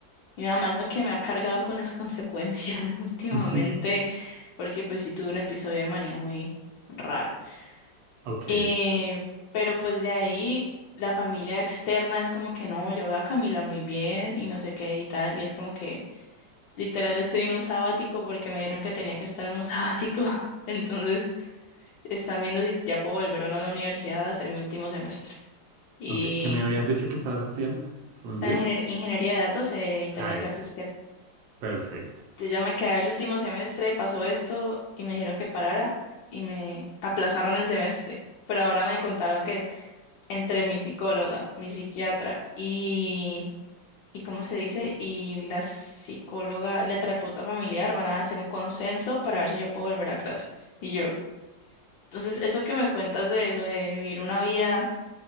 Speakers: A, on the left; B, on the right.
A: Mi mamá es la que me ha cargado con las consecuencias <laughs> últimamente,
B: <laughs>
A: porque pues sí tuve un episodio de manía muy raro.
B: ok,
A: Eh, pero pues de ahí la familia externa es como que no, yo veo a Camila muy bien y no sé qué y tal. Y es como que literal estoy en un sabático porque me dijeron que tenía que estar en un sabático. <laughs> Entonces están viendo si ya puedo volver o no a la universidad a hacer mi último semestre. Y
B: ok. ¿Qué me habías dicho que estabas estudiando? ¿Se me olvidó?
A: la ingenier- ingeniería de datos e inteligencia
B: Ah, eso.
A: artificial.
B: Perfecto.
A: Entonces ya me quedé el último semestre, pasó esto y me dijeron que parara y me aplazaron el semestre. Pero ahora me contaron que entre mi psicóloga, mi psiquiatra y, y ¿cómo se dice? Y la psicóloga, la terapeuta familiar van a hacer un consenso para ver si yo puedo volver a clase. Y yo, entonces, eso que me cuentas de lo de vivir una vida